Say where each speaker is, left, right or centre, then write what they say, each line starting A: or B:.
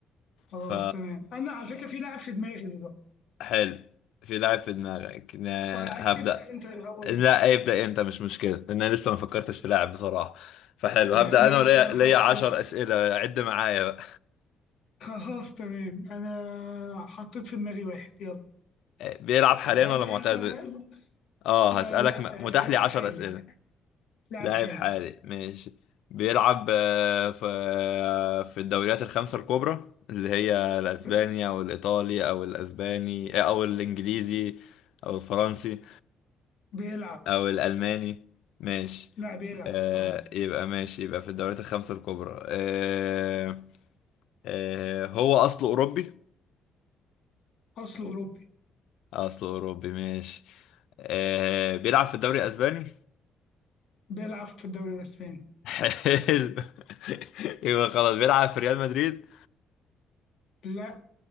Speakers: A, on the left; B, on the left.
A: خلاص
B: ف
A: تمام انا على فكره في لعب في دماغي دلوقتي
B: حلو في لاعب في دماغك نا-
A: ولا عايز
B: هبدأ
A: تبدا انت الاول
B: لا ابدأ أنت مش مشكلة لأن أنا لسه ما فكرتش في لاعب بصراحة فحلو
A: <laughs>
B: هبدأ
A: ماشي
B: أنا وليا
A: انا
B: ليا
A: حطيت
B: عشر أسئلة عد معايا
A: خلاص تمام انا حطيت في دماغي واحد يلا
B: بيلعب
A: هتسألني
B: حاليا ولا معتزل
A: انت بقى؟
B: اه
A: آه
B: هسألك
A: لا
B: م- متاح
A: آه لاعب
B: لي 10
A: حالي
B: أسئلة
A: لاعب
B: لاعب
A: حالي
B: حالي ماشي بيلعب آه، في آه، في الدوريات الخمسة الكبرى اللي هي الأسباني
A: ب-
B: أو الإيطالي أو الأسباني آه، أو الإنجليزي أو الفرنسي
A: بيلعب
B: أو الألماني ماشي
A: لا بيلعب
B: آه
A: اه
B: يبقى ماشي يبقى في الدوريات الخمسة الكبرى آه آه هو أصله أوروبي
A: اصله اوروبي
B: أصله أوروبي ماشي آه بيلعب في الدوري الأسباني
A: بيلعب في الدوري الاسباني
B: حلو <laughs> يبقى خلاص بيلعب في ريال مدريد
A: لا